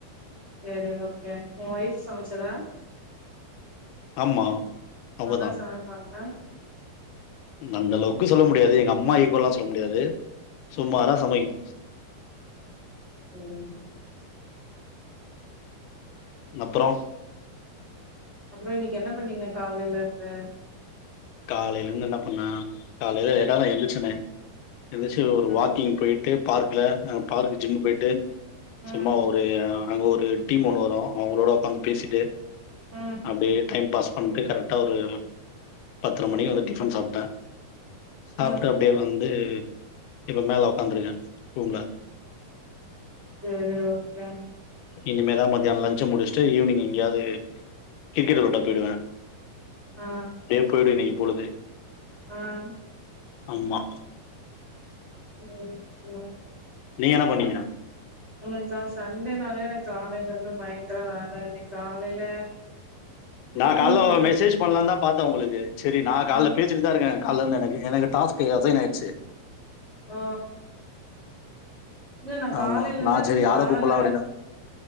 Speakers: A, on the right; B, on the left.
A: செரி ஓகே உங்க ஒய்ஃப் சமச்சதா
B: ஆமா அவங்கதா
A: நல்லா சமைப்பாங்களா
B: அந்த அளவுக்குன்னு சொல்ல முடியாது எங்க அம்மா ஈக்வல் எல்லா சொல்ல முடியாது சும்மாரா சமைக்கு
A: ம்
B: அப்புறோ
A: அப்புறோ இன்னைக்கு என்ன பண்ணிங்க காலையில இருந்து
B: காலையில இருந்து என்ன பண்ண காலையில லேட்டா தா எந்திரசனே எந்திரச்சு ஒரு
A: ம்
B: வாக்கிங் போயி ட்டு பார்க்ல பார்க் ஜிம் போயிட்டு
A: ம்
B: சும்மா ஒரு அங்க ஒரு டீம் ஒன்னு வரு அவங்களோட உக்காந்து பேசிட்டு
A: ம்
B: அப்டியே டைம் பாஸ் பண்ணிட்டு கரெக்டா ஒரு பத்தர மணிக்கு வந்து டிபன் சாப்பிட்டேன் சாப்ட்டு
A: ம்
B: அப்டியே வந்து இப்ப மேல உக்காந்துருங்கே ரூம்ல
A: செரி ஓகே
B: இனிமேதா மத்தியான லஞ்ச முடிச்சுட்டு ஈவினிங் எங்கேயாவது கிரிக்கெட் விளையாட போயிடுவே
A: அ
B: போயிடு இன்னைக்கு பொழுது
A: அ
B: அம்மா
A: ம்
B: நீங்க என்ன பண்ணீங்க
A: எங்களுக்கா சண்டேனாலே எனக்கு காலையில இருந்து பயங்கர வேல இன்னைக்கு காலையில குக்கிங்
B: நா காலைல்ல
A: கொஞ்சோ
B: மெசேஜ் பண்ணலா தா பாத்தேன் உங்களுக்கு சேரி நா காலைல்ல
A: ஆ
B: பேச்சியிருந் துதா இருக்கே காலைல இருந்து எனக்கு எனக்கு டாஸ்க் அசைன் ஆயிருச்சு
A: ஓ இல்ல நா காலையில
B: ஆமா.
A: இருந்தே
B: நான்
A: எனக்கு
B: சரி யார
A: வேல
B: கூப்படலாம் அப்படின்னு.